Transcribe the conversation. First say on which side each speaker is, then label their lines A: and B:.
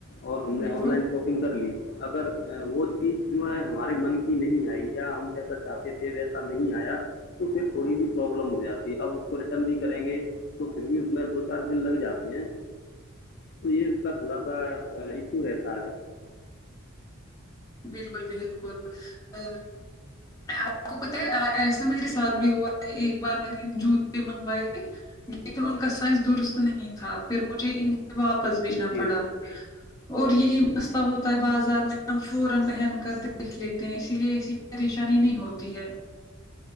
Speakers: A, on the left; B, on the left.
A: اور ہم نے
B: بالکل
A: آن لائن شاپ کر لی اگر وہ چیز جو ہے ہمارے من کی نہیں آئی یا ہم جیسا چاہتے تھے ویسا نہیں آیا تو پھر تھوڑی سی پروابلم ہو جاتی اب اس کو ریٹرن بھی کریں گے تو پھر بھی اس میں دو چار دن لگ جاتے ہیں تو یہ اس کا تھوڑا سا ایشو رہتا ہے
B: بالکل بالکل ا آپ کو پت ہے ایسا میرے ساتھ بھی ہوا ہے ایک بار میں نے جوتے بھی منگوائے تھے یہ تو ان کا سائز درست نہیں تھا پھر مجھے ان واپس بیچنا
A: جی
B: پڑا اور یہی مسئلہ ہوتا ہے بازار میں فوران پہن کر دیکھ لیتے ہیں اسی لیے ایسی پریشانی نہیں ہوتی ہے